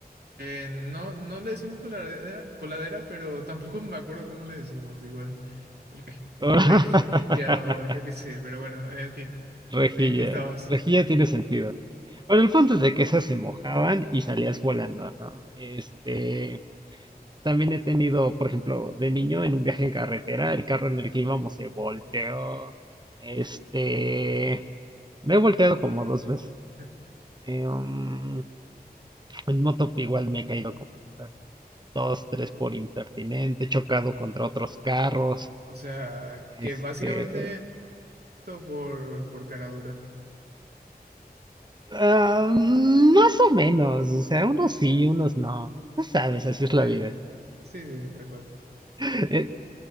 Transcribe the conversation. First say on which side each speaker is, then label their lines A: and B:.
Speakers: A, on the right; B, on the right.
A: Eh, no, no le decimos coladera, coladera, pero tampoco me acuerdo cómo le decimos, igual. re-
B: <laughs>
A: rejilla o yo qué sé, pero bueno, en fin,
B: Rejilla,
A: ¿en qué estabas?
B: rejilla tiene sentido. Bueno, el punto es de que esas se mojaban y salías volando, ¿no? Este, también he tenido, por ejemplo, de niño en un viaje en carretera, el carro en el que íbamos se volteó. Este, me he volteado como dos veces.
A: <laughs>
B: Eh, um, en moto igual me he caído como otras dos, tres por impertinente, he chocado contra otros carros,
A: O sea,
B: este,
A: que básicamente esto por, por cara dura.
B: ah, más o menos, o sea, unos sí, unos no. No sabes, así
A: Ya,
B: es la vida.
A: ya. Sí, sí, tal cual.
B: Eh,